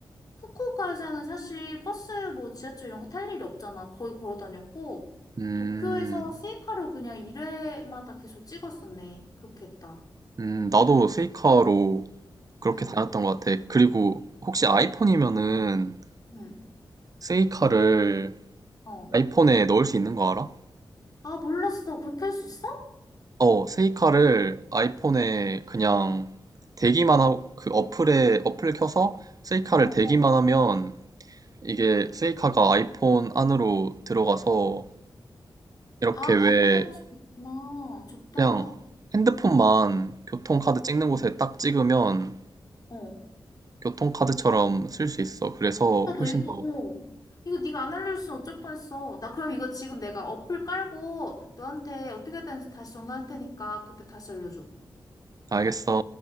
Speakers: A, on the left; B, on the right.
A: 후쿠오카에서는 사실 버스 뭐 지하철 이런 거 탈 일이 없잖아. 거의 걸어 다녔고,
B: 음,
A: 도쿄에서 스이카로 그냥 1회마다 계속 찍었었네. 그렇게 했다.
B: 음, 나도 세이카로 그렇게
A: 응,
B: 다녔던 것 같아. 그리고 혹시 아이폰이면은
A: 응,
B: 세이카를
A: 어.
B: 아이폰에 넣을 수 있는 거 알아?
A: 아, 몰랐어. 그렇게 할 수 있어?
B: 어, 세이카를 아이폰에 그냥 대기만 하고 그 어플에 어플 켜서 세이카를
A: 어.
B: 대기만 하면 이게 세이카가 아이폰 안으로 들어가서 이렇게
A: 아,
B: 왜
A: 그렇게 할 수 있구나. 좋다.
B: 그냥
A: 어,
B: 핸드폰만 교통카드 찍는 곳에 딱 찍으면
A: 어.
B: 교통카드처럼 쓸 수 있어. 그래서
A: 야, 너
B: 훨씬
A: 이거,
B: 더,
A: 어. 이거 네가 안 알려줬으면 어쩔 뻔했어. 나 그럼 이거 지금 내가 어플 깔고 너한테 어떻게 해야 되는지 다시 전화할 테니까 그때 다시 알려줘.
B: 알겠어.